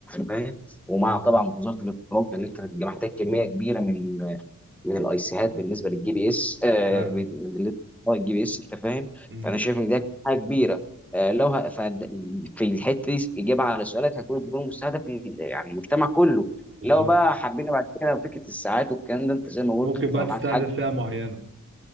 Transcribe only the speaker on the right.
امم
فعلا
امم
بالظبط
ممكن
بقى
تستهدف
فئه معينه